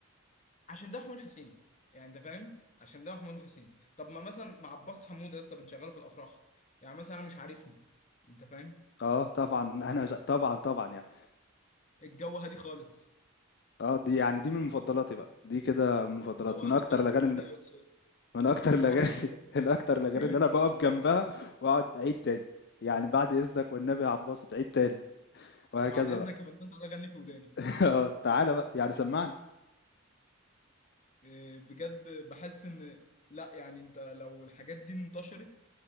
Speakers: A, on the left (about 35°); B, on the left (about 50°).
A: عشان ده حمود حسيني يعني انت فاهم عشان ده حمود حسيني طب ما مثلا مع عباس حمود يا اسطى بنشغله في الافراح يعني مثلا انا مش عارفني انت فاهم
B: اه طبعا <laughs> انا جا- طبعا طبعا يعني
A: الجو هادي خالص
B: اه دي يعني دي من مفضلاتي بقى دي كده من مفضلات
A: الجو
B: من
A: هادي
B: اكتر
A: خالص
B: الاغاني
A: والدنيا
B: اللي-
A: والصوص
B: من اكتر
A: يعني
B: الاغاني
A: صباح الفل
B: <laughs> الاكتر الاغاني اللي انا
A: <laughs>
B: بقف جنبها واقعد اعيد تاني يعني بعد اذنك والنبي يا عباس تعيد تاني وهكذا
A: بعد اذنك
B: بقى.
A: يا فندم تعالى غني في وداني
B: <laughs> آه، تعالى بقى يعني سمعنا
A: إيه، بجد بحس ان لا يعني انت لو الحاجات دي انتشرت